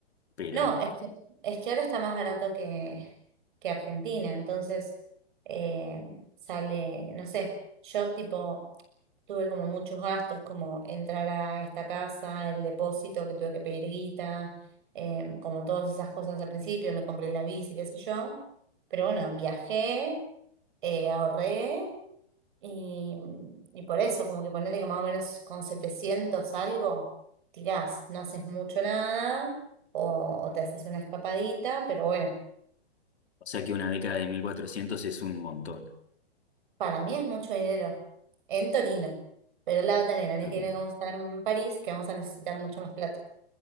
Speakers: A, on the left; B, on the right.
A: pero
B: No, es que, es que ahora está más barato que, que Argentina, entonces eh, sale, no sé, yo tipo Tuve como muchos gastos, como entrar a esta casa, el depósito que tuve que pedir guita, em, como todas esas cosas al principio, me compré la bici, qué sé yo. Pero bueno, viajé, eh, ahorré y, y por eso, como que ponerle que más o menos con 700 algo, tirás, no haces mucho nada o, o te haces una escapadita, pero bueno,
A: o sea que una década de 1400 es un montón.
B: para mí es mucho dinero en Torino, pero la va a tener,
A: en
B: a mí
A: Torino.
B: que como estar en París, que vamos a necesitar mucho más plata.